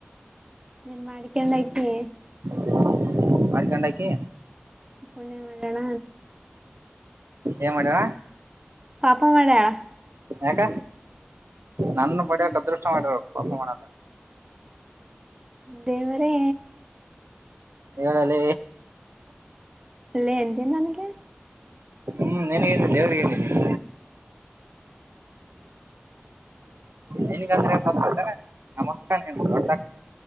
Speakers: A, on the right; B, on the right.
A: ನೀನ್ ಮಾಡಿಕೊಂಡಾಕಿ
B: ಹ ಮಾಡ ಕಂಡಾಕಿ
A: ಪುಣೆ ಮೇಳಣ
B: ಏನ ಮಾಡ್ಯಳ
A: ಪಾಪ ಮಡ್ಯಾಳ
B: ಯಾಕ ನನ್ನ
A: ಸುಮ್ನೆ
B: ಪಡಿಯಕ್ ಅದೃಷ್ಟ ಮಾಡಿರ ಪಪ ಮಾಡದ
A: ದೇವರೇ
B: ಹೇಳಲ್ಲ
A: ಲೇ ಎಂತಿ ನನಗೆ
B: ಹ್ಮ್ ನನ್ಗ ನಿದ್ದೆ ಅವ್ರಿಗೆನಿಲ್ಲ ನಿನ್ಗ ತಾತಾರೆ ನಮಸ್ಕಾರ ನೀನುತ